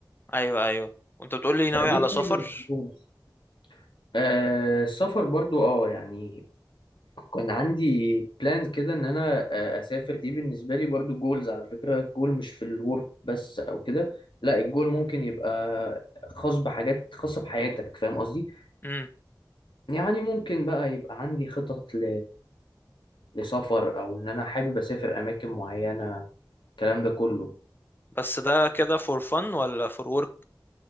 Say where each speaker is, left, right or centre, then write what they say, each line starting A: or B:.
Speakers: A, on the left; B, on the left.
A: ايوه ايوه وانت بتقول لي
B: فدي
A: ناوي على سفر
B: حاجه ما بحبهمش. آه السفر برضو اه يعني كان عندي بلانز كده ان انا آه اسافر دي بالنسبه لي برضو جولز على فكره الجول مش في الورك بس او كده لا الجول ممكن يبقى خاص بحاجات خاصه بحياتك فاهم قصدي
A: امم
B: يعني ممكن بقى يبقى عندي خطط ل... لسفر او ان انا حابب اسافر اماكن معينه الكلام ده كله
A: بس ده كده فور فن ولا فور ورك